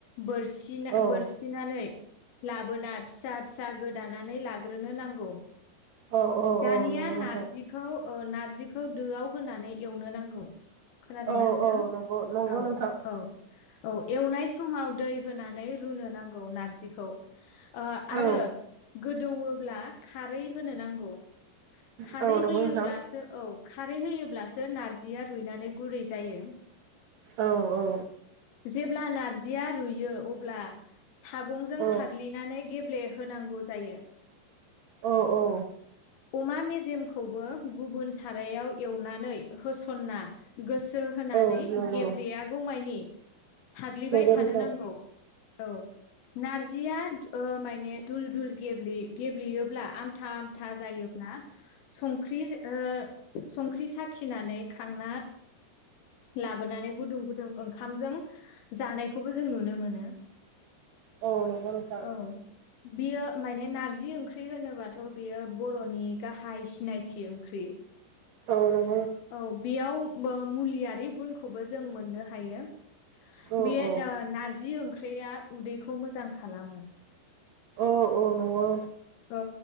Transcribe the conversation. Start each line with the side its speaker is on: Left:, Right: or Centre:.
Left: बोरसिना-बोरसिनानै
Right: औ
Left: लाबोना फिसा फिसा गोदानानै लाग्रोनो नांगौ।
Right: औ
Left: दानिया
Right: औ नंगौ नोंथां
Left: नारजिखौ ओ नारजि जिखौ दोआव होनानै एवनो नांगौ। खोनादोंना
Right: औ
Left: नोंथां?
Right: औ नंगौ। नंगौ
Left: औ
Right: नोंथां
Left: औ औ एवनाय समाव दै होनानै रुनो नांगौ नारजि खौ ओ आरो
Right: औ
Left: गोदौओब्ला खारै होनो नांगौ। खारै
Right: औ नंगौ
Left: होयोब्लासो
Right: नोंथां
Left: औ खारै होयोब्लासो नारजिया रुइनानै गुरै जायो।
Right: औ औ।
Left: जेब्ला नारजिया रुयो अब्ला सागंजों
Right: औ
Left: साग्लिनानै गेब्ले होनांगौ जायो।
Right: औ औ।
Left: अमा मेजेमखौबो गुबुन सारायाव एवनानै होसनना गोसो सो होनानै
Right: औ नंगौ
Left: गेब्लेयागौ मानि साग्लिबाय
Right: नंगौ
Left: थानो
Right: नोंथां
Left: नांगौ औ नारजिया ओ माने दुल दुल गेब्ले-गेब्लेयोब्ला आमथा आमथा जायोब्ला संख्रि ओ संख्रि साखिनानै खांना लाबोनानै गुदुं गुदुं ओंखामजों जानायखौबो जों नुनो मोनो।
Right: औ नंगौ नोंथां।
Left: औ बियो माने नारजि ओंख्रि होनोबाथ' बियो बर'नि गाहाय सिनायथि ओंख्रि। <inaudible>
Right: औ औ।
Left: औ बेयाव बो-मुलियारि गुनखौबो जों मोननो हायो।
Right: औ
Left: बे
Right: औ
Left: नारजि ओंख्रिया उदैखौ मोजां खालामो।
Right: औ औ नंगौ।
Left: औ